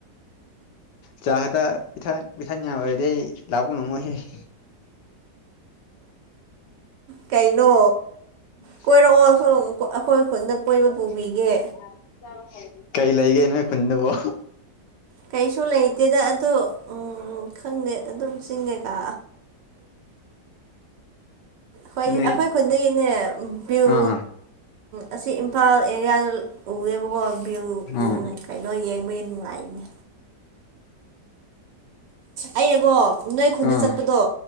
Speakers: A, on the left; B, on the right.
A: ꯆ ꯍꯦꯗꯅꯤꯌꯥꯗꯩ ꯂꯅꯥꯕꯣꯅꯝꯃꯣꯏꯍꯦ
B: ꯀꯩꯅꯣ
A: <unintelligible>
B: ꯀꯣꯏꯔꯛꯑꯣ ꯁꯨꯝ ꯑꯩꯈꯣꯏ ꯈꯨꯟꯗ ꯀꯣꯏꯕ ꯄꯨꯕꯤꯒꯦ
A: ꯀꯩ ꯂꯩꯒꯦ ꯅꯣꯏ ꯈꯨꯟꯗꯨꯕꯣ
B: ꯀꯩꯁꯨ ꯂꯩꯇꯦꯗ ꯑꯗꯨ ꯎꯝ ꯈꯪꯗꯦ ꯑꯗꯨꯝ ꯆꯤꯡꯒꯦꯀꯥ ꯍꯣꯏꯗꯤ
A: ꯅꯣꯏ
B: ꯑꯩꯈꯣꯏ ꯈꯨꯟꯗꯒꯤꯅꯦ ꯕꯤ꯭ꯌꯨ
A: ꯑꯥ
B: ꯑꯁꯤ ꯏꯝꯐꯥꯜ ꯑꯦꯔꯤꯌꯥꯗ ꯎꯑꯦꯕ ꯑꯣ ꯚꯌꯨ
A: ꯑꯥ
B: ꯀꯩꯅꯣ ꯌꯦꯡꯕꯒꯤ ꯅꯨꯡꯉꯥꯏꯅꯦ ꯑꯩꯕꯣ ꯅꯣꯏ ꯈꯨꯟꯗ
A: ꯑꯥ
B: ꯆꯠꯄꯗꯣ